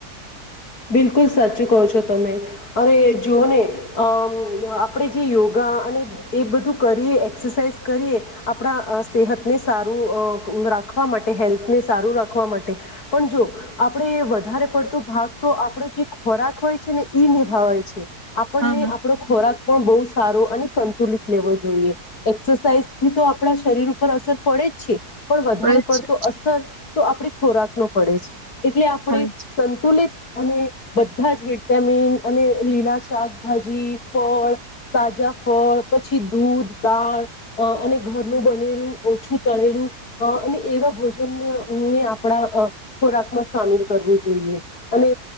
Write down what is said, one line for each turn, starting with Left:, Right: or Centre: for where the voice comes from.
Left: બિલકુલ સાચું કહો છો તમે અ જોઓને આપણે જે યોગા અને એ બધું કરીએ એક્સરસાઇઝ કરીએ આપણા સેહતને સારું રાખવા માટે હેલ્થને સારું રાખવા માટે પણ જો આપણે વધારે પડતો ભાગ તો આપણો જે ખોરાક હોય છે ને ઈ નિભાવે છે આપણને
Right: હા હા
Left: આપણો ખોરાક પણ બહુ સારો અને સંતુલિત લેવો જોઈએ એક્સરસાઇઝ થી તો આપણા શરીર ઉપર અસર પડે જ છે પણ વધારે
Right: પડે જ
Left: પડતો
Right: છે
Left: અસર તો આપે ખોરાક નો પડે છે એટલે આપણે
Right: પડે જ
Left: સંતુલિત અને બધા જ વિટામિન અને લીલા શાકભાજી ફળ તાજા ફળ પછી દૂધ દાળ અને ઘરનું બનેલું ઓછું તળેલું અને એવા ભોજનને આપણા ખોરાકમાં સામેલ કરવું જોઈએ અને